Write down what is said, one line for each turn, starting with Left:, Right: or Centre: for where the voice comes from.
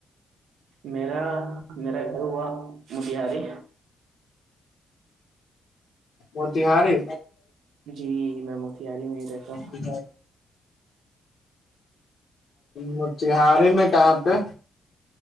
Right: میرا میرا گھر ہوا موتیہاری
Left: م تہاری
Right: جی میں موتاری میں ہی رہتا ہوں
Left: ج م تہاری میں کہاں پہ